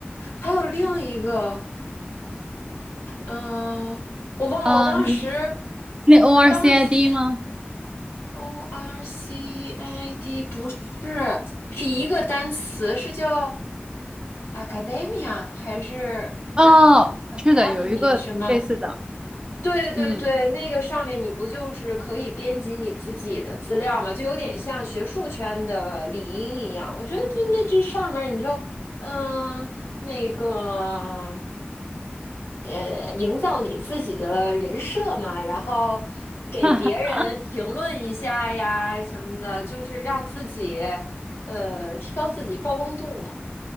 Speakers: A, on the left (about 80°); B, on the right (about 20°).
A: 还有另一个，嗯、我忘了，
B: 呃，
A: 我当时
B: 你那 ORCID
A: 当时
B: 吗？
A: O R C I D 不是，是一个单词，是叫 Academia 还是
B: 哦，
A: Academy
B: 是的，有一个类似的。
A: 什么？对对对，
B: 嗯，
A: 那个上面你不就是可以编辑你自己的资料吗？就有点像学术圈的领英一样。我觉得就那这上面你就嗯那个呃，营造你自己的人设嘛，然后给别人评论一下呀什么的，
B: <laughs>
A: 就是让自己呃提高自己曝光度嘛。